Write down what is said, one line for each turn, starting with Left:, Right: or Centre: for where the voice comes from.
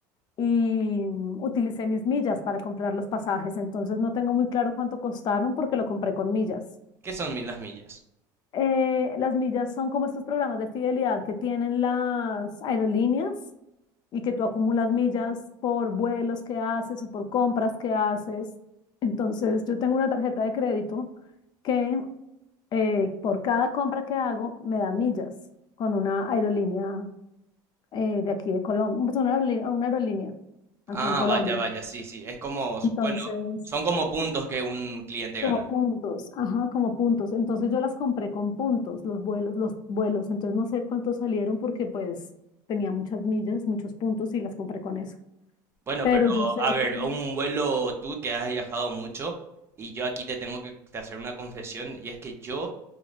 Left: y mm, utilicé mis millas para comprar los pasajes, entonces no tengo muy claro cuánto costaron porque lo compré con millas.
Right: ¿Qué son mil las millas?
Left: eh, las millas son como estos programas de fidelidad que tienen las aerolíneas y que tú acumulas millas por vuelos que haces o por compras que haces. Entonces, yo tengo una tarjeta de crédito que eh, por cada compra que hago me da millas con una aerolínea eh, de aquí de Colombia, pues, una aerolínea, una aerolínea aquí
Right: Ah,
Left: en Colombia.
Right: vaya, vaya, sí, sí. Es como,
Left: Entonces,
Right: bueno, son como puntos que un cliente
Left: Como
Right: gana.
Left: puntos, ajá, como puntos. Entonces yo las compré con puntos, los vuelos, los vuelos. Entonces no sé cuántos salieron porque pues tenía muchas millas, muchos puntos y las compré con eso.
Right: Bueno,
Left: Pero
Right: pero
Left: yo sé
Right: a ver,
Left: que,
Right: un vuelo tú que has viajado mucho y yo aquí te tengo que te hacer una confesión y es que yo